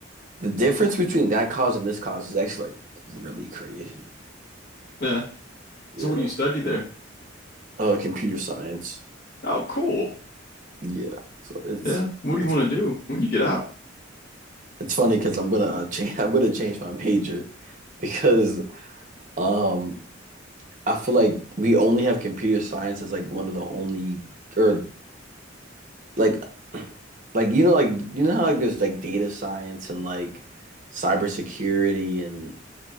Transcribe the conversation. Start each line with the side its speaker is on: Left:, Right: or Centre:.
Right: the difference between that college and this college is actually like really crazy.
Left: Yeah.
Right: Yeah,
Left: So what do you study there?
Right: uh, computer science.
Left: Oh, cool.
Right: Yeah, so it's
Left: Yeah. What do
Right: it's
Left: you want
Right: cool.
Left: to do when you get out?
Right: It's funny because I'm gonna uh, change. <laughs> I'm gonna change my major because um I feel like we only have computer science as like one of the only or like like you know like you know how like there's like data science and like cybersecurity and